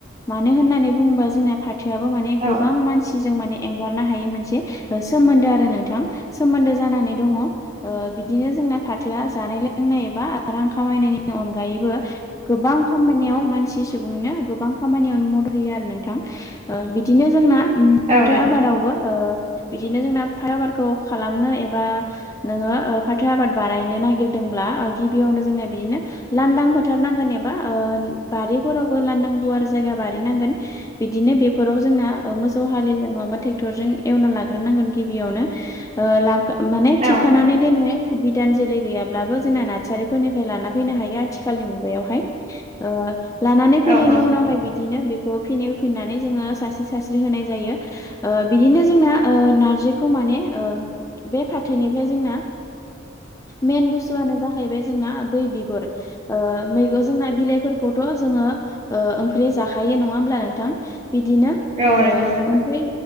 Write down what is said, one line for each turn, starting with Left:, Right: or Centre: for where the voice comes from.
Left: मानो होननानै बुङोबा जोंना फाथोआबो माने
Right: औ
Left: गोबां मानसिजों माने एंगारनो हायै मोनसे ओ सोमोन्दो आरो नोंथां सोमोन्दो जानानै दङ ओ बिदिनो जोंना फाथोआ जानाय लोंनाय एबा रां खामायनायनि अनगायैबो गोबां खामानियाव मानसि सुबुंनो गोबां खामानियावनो मदद होयो आरो नोंथां ओ बिदिनो जोंना उम फाथो
Right: औ नंगौ
Left: आबादावबो ओ बिदिनो जोंना फाथो आबादखौ खालामनो एबा नोङो ओ फाथो आबाद बानायनो नागिरदोंब्ला गिबियावनो जों बिदिनो लांदां फोथार नांगोन एबा ओ बारिफोरावबो लांदां गुवार जायगा बारि नांगोन बिदिनो बेफोराव जोंना ओ मोसौ हालिजों नङाबा ट्रेक्टर एवना लाग्र ग्रोन नांगोन गिबिआवनो ओ ला माने थिखानानै
Right: औ
Left: दोननाय बिदान जोलै गैयाब्लाबो जोंना नार्सारिफोरनिफ्राय लाना फैनो हायो आथिखालनि मुगायावहाय ओ लानानै
Right: औ
Left: फैनायनि
Right: औ
Left: उनावहाय बिदिनो बे फिन होफिननानै जोङो सास्रि सास्रि होनाय जायो ओ बिदिनो जोंना ओ नारजिखौ माने ओ बे फाथोनिफ्राय जोंना मेन बुस्थुआनो जाहैबाय जोंना बै बिगुर ओ मैगं जोंना बिलाइफोरखौथ' जोङो ओ ओंख्रि जाखायो नङा होमब्ला नोंथां? बिदिनो
Right: औ
Left: ओ
Right: नंगौ नोंथां
Left: ओमफाय